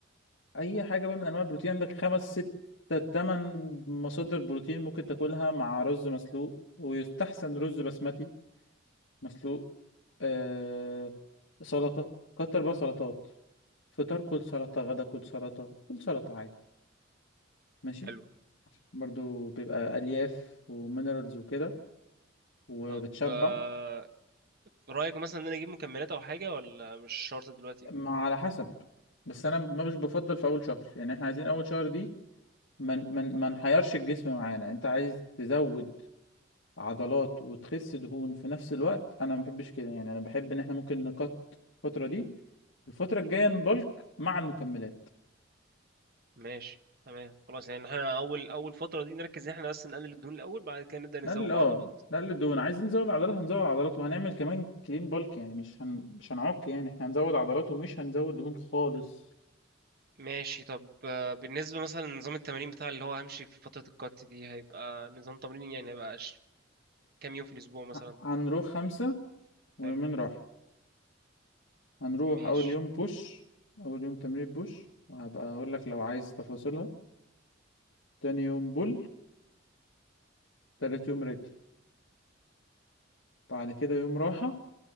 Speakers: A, on the left (about 70°); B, on the right (about 50°).
A: اي حاجه بقى من انواع البروتين عندك خمس ست تمن مصادر بروتين ممكن تاكلها مع رز مسلوق ويستحسن رز بسمتي مسلوق آه سلطه كتر بقى سلطات فطار كل سلطه غدا كل سلطه كل سلطه عادي ماشي
B: حلو
A: برضو بيبقى ألياف ومينرالز وكده وبتشبع
B: طب آه، رايك مثلا ان انا اجيب مكملات او حاجه ولا مش شرط دلوقتي
A: ما على حسب بس أنا ما مش بفضل في أول شهر يعني إحنا عايزين أول شهر دي ما من من ما نحيرش الجسم معانا أنت عايز تزود عضلات وتخس دهون في نفس الوقت أنا ما بحبش كده يعني أنا بحب إن إحنا ممكن نقط الفترة دي الفترة الجاية نبلك مع المكملات
B: ماشي تمام خلاص يعني احنا اول اول فتره دي نركز ان احنا بس نقلل الدهون الاول بعد كده نبدا نزود
A: نقلل
B: بقى
A: اه
B: عضلات
A: نقلل الدهون عايزين نزود عضلات هنزود عضلات وهنعمل كمان كلين بالك يعني مش هن... مش هنعك يعني احنا هنزود عضلات ومش هنزود دهون خالص
B: ماشي طب آه، بالنسبه مثلا لنظام التمارين بتاع اللي هو همشي في فتره الكات دي هيبقى نظام تمرين يعني هيبقى ش- كام يوم في الاسبوع مثلا
A: ه- هنروح خمسة ويومين
B: حلو
A: راحة هنروح
B: ماشي
A: أول يوم بوش أول يوم تمرين بوش وهبقى أقول لك لو عايز تفاصيلها تاني يوم بول تالت يوم رجل بعد كده يوم راحة